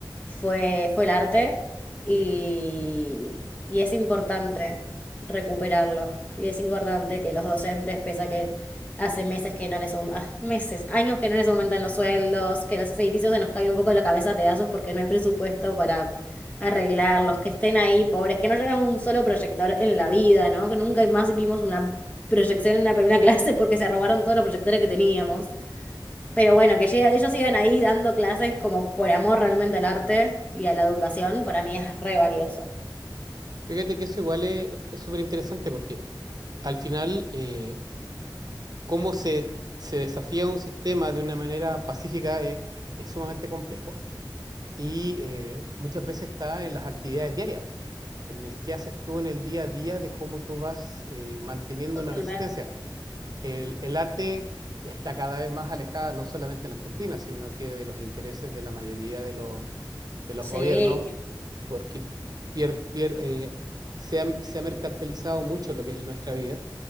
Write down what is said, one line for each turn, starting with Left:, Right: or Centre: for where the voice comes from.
Left: fue, fue el arte y, y es importante recuperarlo. Y es importante que los docentes, pese a que hace meses que no les, aum- ah, meses, años que no les aumentan los sueldos, que los edificios se nos caen un poco de la cabeza a pedazos porque no hay presupuesto para arreglar, los que estén ahí, pobres, que no llegan un solo proyector en la vida, ¿no? Que nunca más vimos una proyección en una primera <laughs> clase porque se robaron todos los proyectores que teníamos. Pero bueno, que llega, ellos sigan ahí dando clases como por amor realmente al arte y a la educación, para mí es re valioso.
Right: Fíjate que eso igual es súper interesante porque al final eh, cómo se, se desafía un sistema de una manera pacífica eh, es, sumamente complejo y eh, muchas veces está en las actividades diarias, en el que haces tú en el día a día de cómo tú vas eh, manteniendo
Left: Totalmente.
Right: una resistencia. El, el arte está cada vez más alejada, no solamente en Argentina, sino que de los intereses de la mayoría de, los de los
Left: Sí.
Right: gobiernos, porque pier- pier- eh, se ha, se ha mercantilizado mucho lo que es nuestra vida